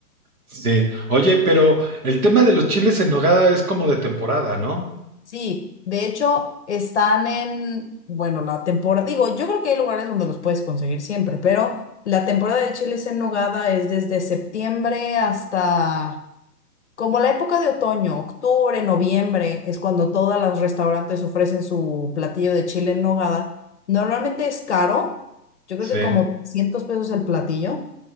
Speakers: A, on the right; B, on the left.
A: Sí. Oye, pero el tema de los chiles en nogada es como de temporada, ¿no?
B: Sí, de hecho están en, bueno, la temporada, digo, yo creo que hay lugares donde los puedes conseguir siempre, pero la temporada de chiles en nogada es desde septiembre hasta Como la época de otoño, octubre, noviembre, es cuando todos los restaurantes ofrecen su platillo de chile en nogada. Normalmente es caro, yo creo
A: Sí.
B: que como 300 pesos el platillo.